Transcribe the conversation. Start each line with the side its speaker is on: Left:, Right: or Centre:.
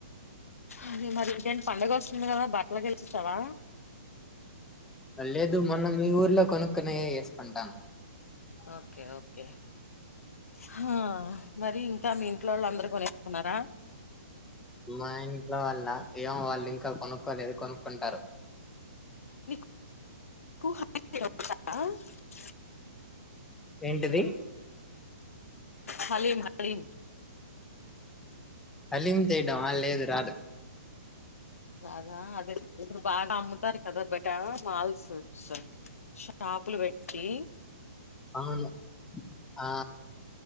Left: అది మరి ఇకేంటి పండగ వస్తుంది కదా బట్టలకి వెళ్ళి వచ్చేస్తావా
Centre: లేదు మొన్న మీ ఊర్లో కొనుక్కునయే వేసుకుంటాను
Left: ఓకే ఓకే హా మరి ఇంకా మీ ఇంట్లో వాళ్ళు అందరు కోనేసుకున్నారా
Centre: మా ఇంట్లో వాళ్ల ఏమో వాళ్ళు ఇంకా కొనుక్కోలేదు కొనుక్కుంటారు
Left: నీకు <unintelligible>
Centre: ఏంటిది
Left: హలీం హలీం
Centre: హలీం చేయడమా లేదు రాదు
Left: రాదా అదే ఇప్పుడు బాగా అమ్ముతారు కదా బయట మాల్స్ షషాపులు పెట్టి
Centre: అవును ఆ